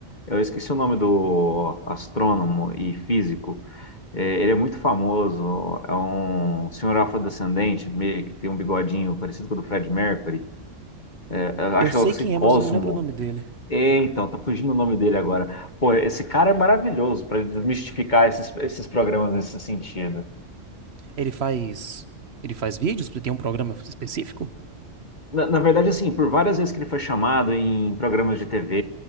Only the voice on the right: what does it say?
Eu sei
quem
é, mas eu não lembro o nome dele.
Ele faz. Ele faz vídeos? Porque tem um programa específico?